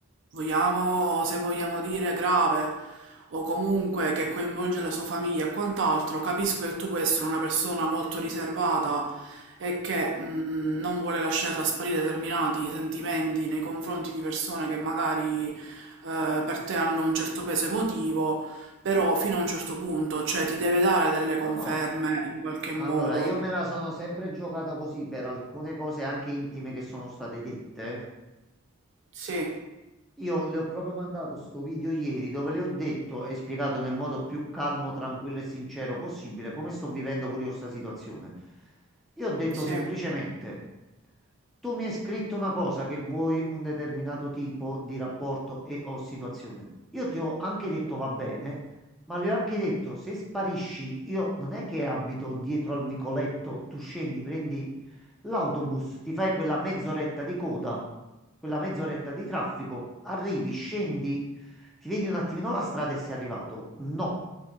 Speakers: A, on the right (about 55°); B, in the centre.
A: vogliamo, se vogliamo dire, grave o comunque che coinvolge la sua famiglia e quant'altro, capisco che tu puoi essere una persona molto riservata e che mh, non vuole lasciare trasparire determinati sentimenti nei confronti di persone che magari eh, per te hanno un certo peso emotivo, però fino a un certo punto, cioè ti deve dare delle conferme
B: No, no.
A: in qualche modo.
B: Allora, io me la sono sempre giocata così per alcune cose anche intime che sono state dette.
A: Sì,
B: Io le ho proprio mandato sto video ieri dove le ho detto e spiegato nel modo più calmo, tranquillo e sincero possibile come sto vivendo pure io sta situazione. Io ho detto
A: sì,
B: semplicemente. Tu mi hai scritto una cosa che vuoi un determinato tipo di rapporto e o situazione. Io ti ho anche detto va bene, ma le ho anche detto se sparisci, io non è che abito dietro al vicoletto, tu scendi, prendi l'autobus, ti fai quella mezz'oretta di coda, quella mezz'oretta di traffico, arrivi, scendi ti vedi un attimino la strada e sei arrivato? No,